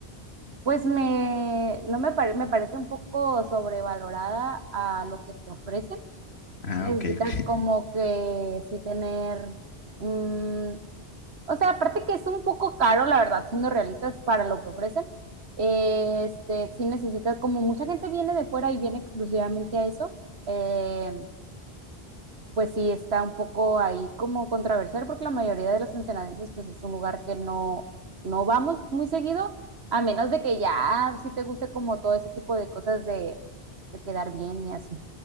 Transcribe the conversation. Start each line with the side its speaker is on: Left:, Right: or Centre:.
Right: pues me, no me, pare- me parece un poco sobrevalorada a lo que te ofrecen.
Left: Ah,
Right: Necesitas
Left: ok, ok.
Right: como que sí tener, mm, o sea, aparte que es un poco caro, la verdad, siendo realistas para lo que ofrecen. Eh, Este, sí necesitas, como mucha gente viene de fuera y viene exclusivamente a eso. em, pues sí está un poco ahí como controversial porque la mayoría de los ensenadenses pues es un lugar que no, no vamos muy seguido, a menos de que ya sí te guste como todo ese tipo de cosas de, de quedar bien y así.